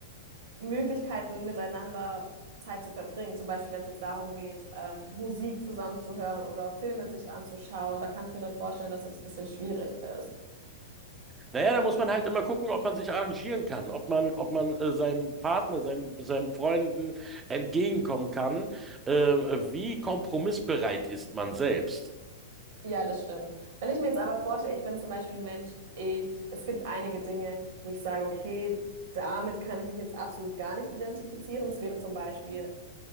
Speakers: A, on the right; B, on the right.
A: Möglichkeiten, miteinander Zeit zu verbringen. Zum Beispiel, wenn es jetzt darum geht, ähm, Musik zusammenzuhören oder Filme sich anzuschauen, da kann ich mir dann vorstellen, dass das ein bisschen schwierig ist.
B: Naja, da muss man halt immer gucken, ob man sich arrangieren kann, ob man, ob man äh, seinem Partner, seinem, seinem Freunden entgegenkommen kann. Äh, wie kompromissbereit ist man selbst?
A: Ja, das stimmt. Wenn ich mir jetzt aber vorstelle, ich bin zum Beispiel ein Mensch, ich, es gibt einige Dinge, wo ich sage, okay, damit kann ich mich jetzt absolut gar nicht identifizieren. Das wäre zum Beispiel